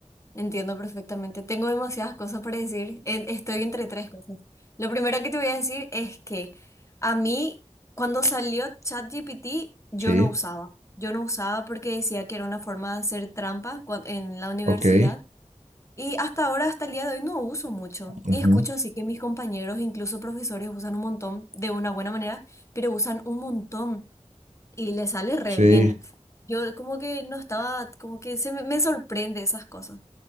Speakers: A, on the left (about 25°); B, on the right (about 75°).
A: entiendo perfectamente. Tengo demasiadas cosas para decir. En- estoy entre tres cosas. Lo primero que te voy a decir es que a mí, cuando salió ChatGPT, yo
B: Sí,
A: no usaba. Yo no usaba porque decía que era una forma de hacer trampa cua- en la universidad.
B: ok.
A: Y hasta ahora, hasta el día de hoy, no uso mucho.
B: ujú,
A: Y escucho así que mis compañeros, incluso profesores, usan un montón de una buena manera, pero usan un montón. Y le sale re
B: Sí,
A: bien. Yo como que no estaba, como que se me, me sorprende esas cosas.